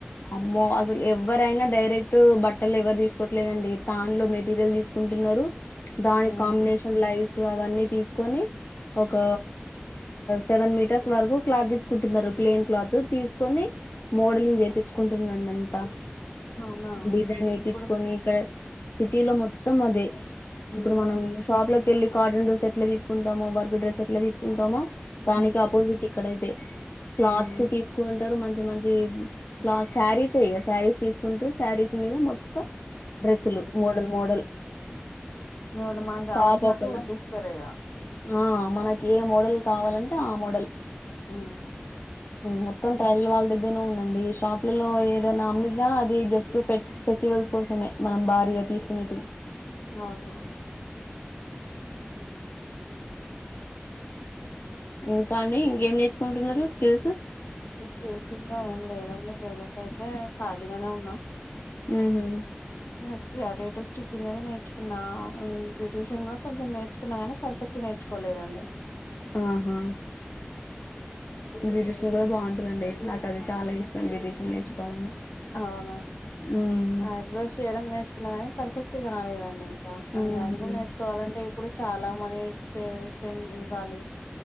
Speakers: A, on the left (about 55°); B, on the left (about 85°).
A: అమ్మో అసలు ఎవరైనా డైరెక్ట్ బట్టలు ఎవరు తీసుకోవట్లేదండి తాన్లో మెటీరియల్ తీసుకో ఉంటున్నరు దాని
B: ఉమ్
A: కాంబినేషన్ లైవ్స్ అవన్నీ తీసుకొని ఒక సెవెన్ మీటర్స్ వరకు క్లాత్ తీసుకుంటున్నారు ప్లెయిన్ క్లాత్ తీసుకొని మోడలింగ్ చేపిచుకుంటున్నానంత
B: అవునా
A: డిజైన్ ఏపిచుకొని
B: ఇప్పుడు
A: ఇక్కడ సిటీ లో మొత్తం అదే
B: ఉమ్
A: ఇప్పుడు మనం షాప్ లోకి వెళ్ళి కాటన్ డ్రస్ ఎట్లా తీసుకుంటామో వర్క్ డ్రస్ ఎట్లా తీసుకుంటామో దానికి
B: ఉమ్
A: ఆపోజిట్ ఇక్కడ ఐతే క్లాత్స్
B: ఉమ్
A: తీసుకుంటారు మంచి మంచి క్లాత్ శారీస్ ఏ ఇగ శారీస్ తీసుకుంటూ శారీస్ మీద మొత్తం డ్రెస్సులు
B: ఉమ్
A: మోడల్ మోడల్
B: వాళ్ళు మనం కావాల్సినట్టు
A: టాప్ ఒకలా
B: కుట్టిస్తరు ఇగ
A: ఆ మనకి ఏ మోడల్ కావాలంటే ఆ మోడల్
B: అవున్
A: మొత్తం టైల్ వాళ్ళ దగ్గరనే ఉందండి ఏష్ షాపులల ఏదైనా అమ్మినా అది జస్ట్ ఫ ఫెస్టివల్స్ కోసమే మనం భారీగా తీసుకునేటివి
B: అవునా
A: ఇంకా అండి ఇంకేం నేర్చుకుంటున్నారు స్కిల్స్
B: స్కిల్స్ ఇంకా ఏం లేదండి ప్రెజెంట్ అయితే ఖాళీగానే ఉన్నాం
A: ఉహు
B: నెస్ట్ అటు ఇటు స్టిచింగ్ అనే నేర్చుకున్న బ్యూటిషన్ కూడా కొంచెం నేర్చుకున్నా గాని పర్ఫెక్ట్ ట్ నేర్చుకోలేదండి
A: ఆహా బ్యూటిషియన్ కూడా బా దండి నాకు అది చాలా ఇష్టం బ్యూటీషన్ నేర్చుకోవాలని
B: అవునా
A: ఉమ్
B: ఐబ్రోస్ చేయడం నేర్చుకున్నా కానీ పర్ఫెక్ట్గా రాలేదండి ఇంకా
A: ఉహు
B: అది కూడా నేర్చుకోవాలంటే ఇప్పుడు చాలా మనీ పె స్పెండ్ ఇవ్వాలి